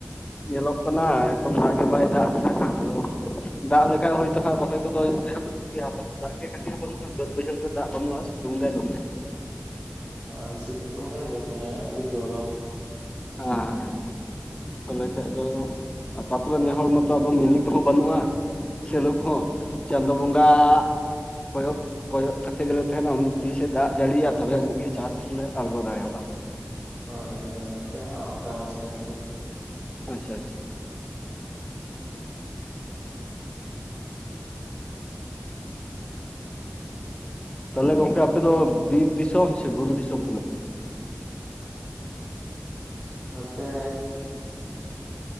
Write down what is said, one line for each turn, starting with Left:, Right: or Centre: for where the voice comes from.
Left: ᱧᱮᱞᱚᱜ ᱠᱟᱱᱟ ᱮᱠᱫᱚᱢ ᱫᱟᱜ ᱜᱮ ᱵᱟᱭ ᱫᱟᱜ ᱦᱟᱹᱜ ᱟᱫᱚᱼᱼ ᱫᱟᱜ ᱞᱮᱠᱷᱟᱱ ᱦᱳᱭᱛᱳ ᱦᱟᱸᱜ ᱨᱚᱦᱚᱭ ᱠᱚᱫᱚ ᱮᱦᱚᱵ ᱠᱚᱜ ᱜᱮᱭᱟ ᱫᱟᱜ ᱜᱮ ᱠᱟᱹᱴᱤᱡ ᱦᱚᱸ ᱵᱟᱹᱱᱩᱜᱼᱟ ᱵᱟᱹᱫ ᱵᱟᱹᱭᱦᱟᱹᱲ ᱨᱮ ᱫᱟᱜ ᱵᱟᱹᱱᱩᱜᱼᱟ ᱥᱤᱛᱩᱝ ᱜᱮ ᱫᱚᱢᱮ
Right: ᱦᱳᱭ ᱥᱤᱛᱩᱝ ᱫᱚᱭ ᱫᱚᱢᱮ ᱟᱹᱰᱤ ᱜᱚᱨᱚᱢᱼᱼ
Left: ᱱᱚᱣᱟ ᱛᱟᱦᱚᱞᱮ ᱠᱷᱟᱱᱡ ᱫᱚ ᱛᱟᱯᱚᱨᱮ ᱱᱮ ᱦᱚᱲᱚᱲ ᱢᱟᱛᱚ ᱢᱤᱱᱤ ᱠᱚᱦᱚᱸ ᱵᱟᱹᱱᱩᱜᱼᱟ᱾ ᱥᱮᱞᱚ ᱠᱟᱦᱚᱸ ᱪᱟᱸᱫᱳ ᱵᱚᱸᱜᱟ ᱠᱚᱭᱚᱜᱼᱼ ᱠᱚᱭᱚᱜ ᱠᱟᱛᱮᱫ ᱜᱮᱞᱮ ᱛᱟᱦᱮᱱᱟ ᱩᱱᱤ ᱛᱤᱥᱮ ᱫᱟᱜ ᱡᱟᱹᱲᱤᱭᱤᱭᱟ ᱛᱚᱵᱮ ᱟᱹᱱᱤᱡ ᱜᱮ ᱪᱟᱥ ᱞᱮ ᱟᱬᱜᱚ ᱫᱟᱲᱮᱭᱟᱜᱼᱟ᱾
Right: ᱦᱳᱭ ᱦᱳᱭ ᱱᱚᱛᱮ ᱦᱚᱸ ᱚᱱᱠᱟ ᱢᱟᱹᱡᱷᱷᱟ ᱧᱚᱜ ᱜᱮᱼᱼ
Left: ᱟᱪᱪᱷᱟ ᱟᱪᱪᱷᱟ
Right: ᱦᱳᱭ ᱦᱳᱭ
Left: ᱛᱟᱦᱚᱞᱮ ᱜᱚᱝᱠᱮ ᱟᱯᱮᱚ ᱵᱤᱨ ᱫᱤᱥᱚᱢ ᱥᱮ ᱵᱩᱨᱩ ᱫᱤᱥᱚᱢ ᱠᱷᱚᱱᱟ?
Right: ᱱᱚᱛᱮᱼᱼ